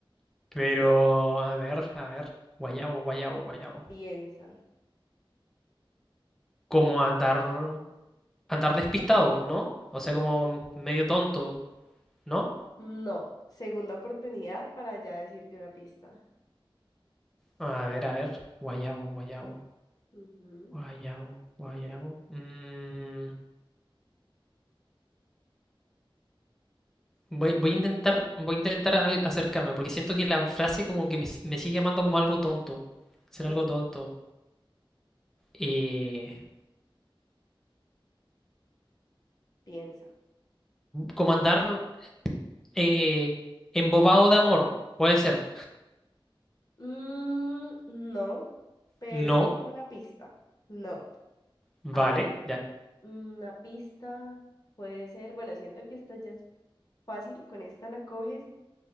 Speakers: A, in the centre; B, on the left.
A: pero, a ver, a ver. Guayabo, guayabo, guayabo.
B: piensa.
A: Como andar, andar despistado, ¿no? O sea, como medio tonto, ¿no?
B: No, segunda oportunidad para ya decirte una pista.
A: A ver, a ver. Guayabo, guayabo,
B: Ujú.
A: guayabo, guayabo. Mm, voy, voy a intentar, voy a intentar al- acercarme, porque siento que la frase como que me, si- me sigue llamando como algo tonto. Ser
B: Ok,
A: algo tonto. Eh,
B: piensa.
A: como andar eh, embobado de amor. Puede ser.
B: Mm, no, pero
A: No,
B: te voy a dar una pista. No.
A: vale,
B: A ver,
A: ya.
B: una pista puede ser, bueno, siento que esta ya es fácil, con esta la coges,